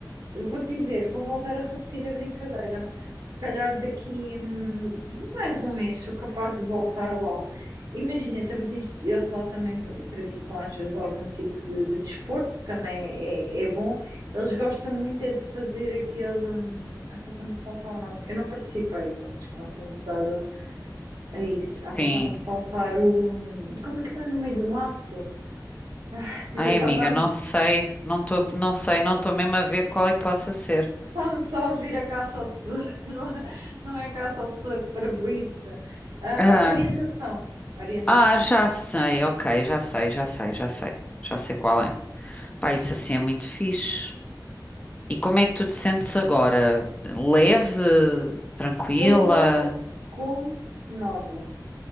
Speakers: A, on the right; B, on the left.
A: Vou-te dizer, vou voltar a repetir a brincadeira. Se calhar daqui hum, mais um mês sou capaz de voltar lá. Imagina, também tens, eles lá também praticam às vezes algum tipo de, de desporto, que também é, é é bom. Eles gostam muito é de fazer aquele. hum, Ah, pá, está-me a faltar o nome. Eu não participei, já acho que eu não sou muito dada a isso.
B: Sim.
A: Ah, pá, está-me a faltar o. hum, Como é que ele é no meio do mato? <laughs> Está-me
B: Ai, amiga, não sei, não estou, não sei, não estou mesmo a ver qual é que possa ser.
A: Está-me só a vir a caça ao tesouro, <laughs> não é, não é caça ao tesouro, que parvoíce. Ah,
B: Ah,
A: orientação, orientação.
B: ah, já sei, ok, já sei, já sei, já sei, já sei qual é. Pá, isso assim é muito fixe. E como é que tu te sentes agora? Leve, tranquila?
A: Estou com nova,